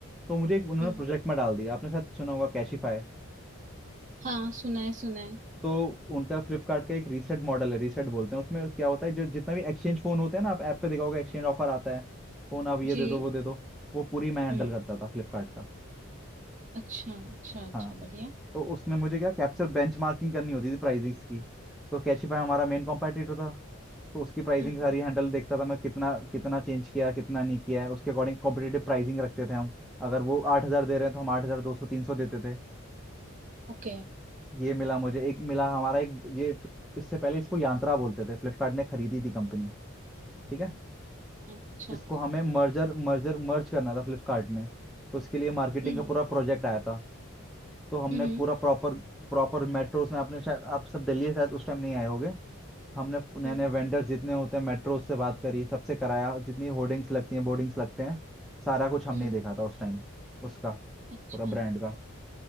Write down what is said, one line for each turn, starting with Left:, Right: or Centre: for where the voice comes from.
Centre: तो मुझे एक उन्होंने
Right: हम्म।
Centre: प्रोजेक्ट में डाल दिया आपने शायद सुना होगा कैशिफाई
Right: हाँ सुना है सुना है
Centre: तो उनका फ्लिपकार्ट का एक रीसेट मॉडल है रीसेट बोलते हैं उसमें क्या होता है जो जितना भी एक्सचेंज फोन होते हैं ना आप ऐप पे देखा होगा एक्सचेंज ऑफर आता है फोन आप ये
Right: जी
Centre: दे दो वो दे दो वो पूरी मैं हैंडल
Right: हम्म
Centre: करता था फ्लिपकार्ट का
Right: अच्छा अच्छा अच्छा
Centre: हाँ
Right: बढ़िया
Centre: तो उसमें मुझे क्या कैप्चर बेंचमार्किंग करनी होती थी प्राइसिंग्स की तो कैशिफाई हमारा मेन कॉम्पिटिटर था तो उसकी प्राइसिंग
Right: हम्म
Centre: सारी हैंडल देखता था मैं कितना कितना चेंज किया कितना नहीं किया है उसके अकॉर्डिंग कॉम्पिटेटिव प्राइसिंग रखते थे हम अगर वो आठ हजार दे रहे हैं तो हम आठ हजार दो सौ तीन सौ देते थे
Right: ओके
Centre: ये मिला मुझे एक मिला हमारा एक ये इससे पहले इसको यांत्रा बोलते थे फ्लिपकार्ट ने खरीदी थी कंपनी ठीक है
Right: हम्म, अच्छा
Centre: इसको हमें मर्जर मर्जर मर्ज करना था फ्लिपकार्ट में तो इसके लिए मार्केटिंग
Right: हम्म
Centre: का पूरा प्रोजेक्ट आया था तो हमने
Right: हम्म हम्म
Centre: पूरा प्रॉपर प्रॉपर मेट्रोस में आपने शायद आप सब दिल्ली शायद उस टाइम नहीं आए होगे हमने नए
Right: हम्म
Centre: नए वेंडर्स जितने होते हैं मेट्रोस से बात करी सबसे कराया जितनी होर्डिंग्स लगती हैं बोर्डिंग्स लगते हैं सारा कुछ हमने
Right: हम्म,
Centre: ही देखा था उस टाइम उसका
Right: अच्छा
Centre: पूरा ब्रांड का